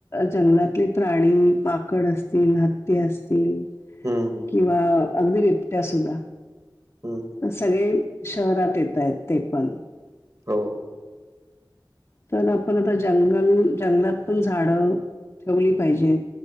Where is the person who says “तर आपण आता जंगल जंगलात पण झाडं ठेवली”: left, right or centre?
Left